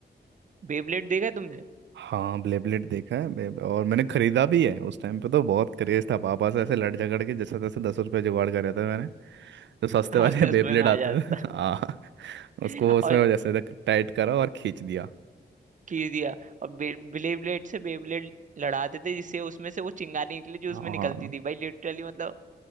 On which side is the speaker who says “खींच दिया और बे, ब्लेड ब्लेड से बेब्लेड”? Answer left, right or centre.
Right